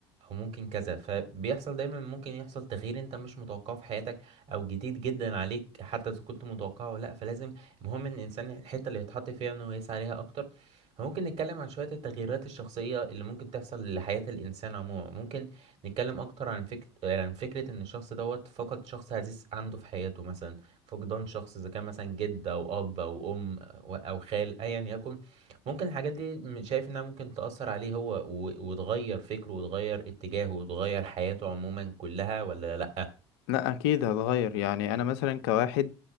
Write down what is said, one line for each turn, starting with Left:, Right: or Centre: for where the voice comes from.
Right: او ممكن كذا فبيحصل دايما ممكن يحصل تغيير انت مش متوقعه في حياتك او جديد جدا عليك حتى اذا كنت متوقعه ولا لا فلازم المهم ان الانسان الحتة اللي يتحط فيها انه يسعى ليها اكتر ممكن نتكلم عن شوية التغييرات الشخصية اللي ممكن تحصل لحياة الإنسان عموما ممكن نتكلم أكتر عن فكرة عن فكرة إن الشخص دوت فقد شخص عزيز عنده في حياته مثلا فقدان شخص إذا كان مثلا جد أو أب أو أم و- أو خال أيا يكن ممكن الحاجات دي م- شايف إنها ممكن تأثر عليه هو و- وتغير فكره وتغير اتجاهه وتغير حياته عموما كلها ولا لأ
Left: لا اكيد هتغير يعني انا مثلا كواحد